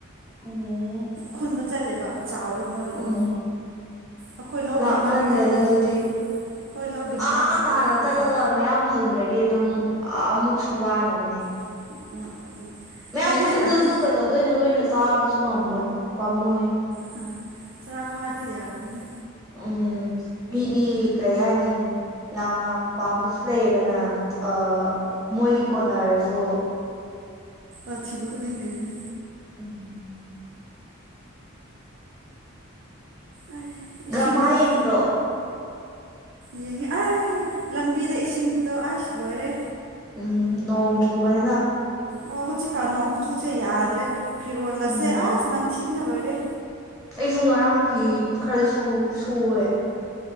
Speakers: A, in the centre; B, on the right.
A: ꯑꯍꯣ
B: ꯈꯨꯟꯕ ꯆꯠꯂꯦꯕ ꯆꯥꯎꯋꯦꯕ ꯃꯣꯏꯒꯤꯗꯣ
A: ꯎꯝ
B: ꯑꯩꯈꯣꯏ ꯂꯧꯒꯤ
A: ꯂꯥꯞꯃꯜꯂꯦꯗ
B: ꯃꯅꯥꯛꯇꯗꯤꯀꯣ
A: ꯑꯗꯨꯗꯤ
B: ꯑꯩꯈꯣꯏ ꯂꯧꯒꯤ ꯃꯅꯥꯛꯇꯗꯤ
A: ꯑꯥꯥ ꯇꯥꯟꯅ
B: ꯌꯥꯗꯦ
A: ꯆꯠꯂꯒ ꯃꯌꯥꯝ ꯐꯪꯗ꯭ꯔꯗꯤ ꯑꯗꯨꯝ ꯑꯃꯨꯛꯁꯨ ꯋꯥꯅꯕꯅꯦ
B: <unintelligible>
A: ꯃꯌꯥꯝ ꯈꯨꯜꯂꯁꯨ
B: ꯂꯩꯔꯝꯅꯤ
A: ꯀꯩꯗꯧꯗꯣꯏꯅꯣ ꯂꯣꯏꯅ ꯆꯥꯕꯁꯨ ꯉꯝꯃꯣꯏ ꯄꯥꯝꯃꯨꯏ
B: ꯍꯥ ꯆꯔꯥ ꯐꯥꯔꯥꯗꯤ ꯌꯥꯔꯝꯅꯦ
A: ꯎꯝ ꯃꯤꯗꯤ ꯀꯩ ꯍꯥꯏꯅꯤ ꯌꯥꯝ ꯌꯥꯝ ꯄꯥꯝꯕꯁꯨ ꯂꯩꯌꯦꯗꯅ ꯑꯥ ꯃꯣꯏꯒꯤ ꯀꯣꯟꯅꯔꯁꯨ
B: ꯑꯊꯤꯕ ꯈꯨꯗꯤꯡ ꯂꯩꯕꯅꯦ
A: ꯎꯝ
B: ꯑꯩ ꯏꯁꯤꯡ
A: ꯗ꯭ꯔꯃꯥ
B: ꯑꯩ
A: ꯌꯦꯡꯗ꯭ꯔꯣ
B: ꯌꯦꯡꯉꯤ ꯑꯩ ꯂꯝꯕꯤꯗ ꯏꯁꯤꯡꯗꯣ ꯑꯩꯁ ꯂꯣꯏꯔꯦ
A: ꯎꯝ ꯅꯣꯡ ꯆꯨꯕꯅꯦꯅ
B: ꯑꯣ ꯍꯧꯖꯤꯛꯀꯥꯟ ꯅꯣꯡ ꯀꯨꯆꯨꯁꯦ ꯌꯥꯗ꯭ꯔꯦ ꯐꯤꯔꯣꯟꯒꯁꯦ
A: ꯎꯝ
B: ꯑꯁ ꯅꯝꯊꯤꯕꯅ ꯂꯣꯏꯔꯦ
A: ꯑꯩꯁꯨ ꯉꯔꯥꯡ ꯐꯤ ꯈ꯭ꯔꯁꯨ ꯁꯨꯑꯦ